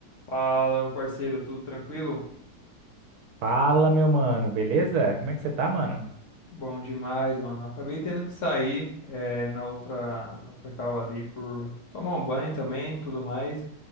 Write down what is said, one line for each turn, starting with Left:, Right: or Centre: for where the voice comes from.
Left: Fala, meu parceiro, tudo tranquilo?
Right: Fala, meu mano, beleza? Como é que você tá, mano?
Left: Bom demais, mano. Acabei tendo que sair eh, na outra, na outra call ali por tomar um banho também, e tudo mais.